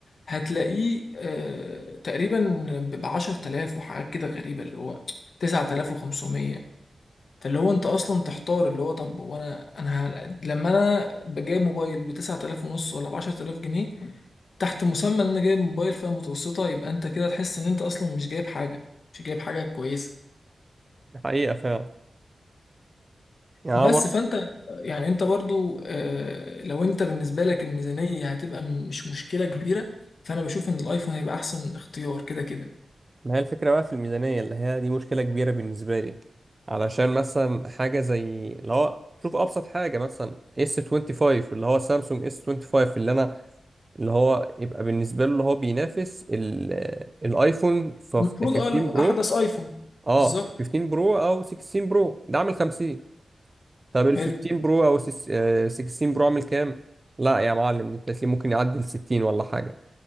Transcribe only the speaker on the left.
هتلاقيه آه، تقريبا ب 10000 وحاجات كده غريبه اللي هو 9500 فاللي هو انت اصلا تحتار اللي هو طب وانا انا ه- لما انا بجايب موبايل ب 9000 ونص ولا ب 10000 جنيه تحت مسمى ان انا جايب موبايل فئة متوسطة يبقى انت كده تحس ان انت اصلا مش جايب حاجة مش جايب حاجة كويسة
بس
فانت يعني انت برضو آه، لو انت بالنسبة لك الميزانية هتبقى م- مش مشكلة كبيرة فانا بشوف ان الايفون هيبقى احسن اختيار كده كده
المفروض اه لو
احدث ايفون
بالظبط
حلو